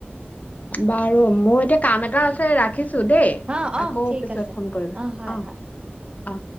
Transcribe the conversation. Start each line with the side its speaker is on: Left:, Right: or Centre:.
Left: বাৰু মোৰ এতিয়া কাম এটা আছে ৰাখিছো দেই
Right: অ অ
Left: আকৌ
Right: ঠিক
Left: পিছত
Right: আছে
Left: ফোন কৰিবা
Right: হয়
Left: অ
Right: হয়
Left: অ